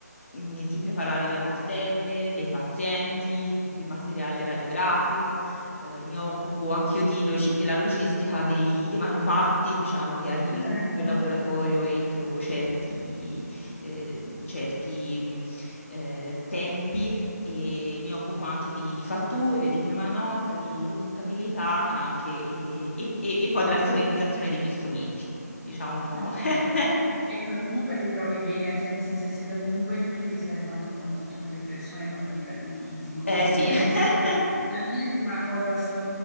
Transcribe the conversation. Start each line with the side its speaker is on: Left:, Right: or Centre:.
Left: mm, di preparare le cartelle dei pazienti, il materiale radiografico, eh, mi occupo anch'io di logi- della logistica dei, dei manufatti, diciamo che arrivi
Centre: Certo.
Left: tutto in laboratorio entro certi, eh, certi, mm, eh, tempi e mi occupo anche di, di fatture, di prima nota, di, di contabilità anche e, e- e- e poi della sterilizzazione degli strumenti, diciamo.
Centre: Ok,
Left: <laughs>
Centre: ok. E co- comunque ti trovi bene, cioè nel senso essendo comunque tu devi stare tanto a contatto con le persone proprio a livello fisico,
Left: Eh sì,
Centre: cioè
Left: <laughs>
Centre: nel senso la mia è più una cosa, sto,